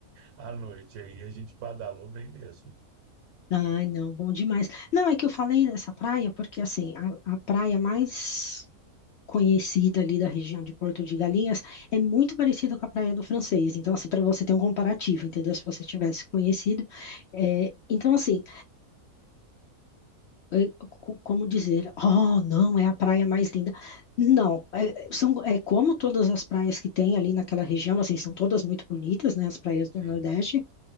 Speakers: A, on the right; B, on the left.
A: à noite, aí a gente badalou bem mesmo.
B: Ai, não, bom demais. Não, é que eu falei dessa praia porque, assim, a, a praia mais conhecida ali da região de Porto de Galinhas, é muito parecida com a Praia do Francês. Então, assim, para você ter um comparativo, entendeu? Se você tivesse conhecido. É, então, assim, é, co- como dizer, oh, não, é a praia mais linda. Não, é, são, é como todas as praias que tem ali naquela região, assim, são todas muito bonitas, né, as praias
A: Sim.
B: do Nordeste,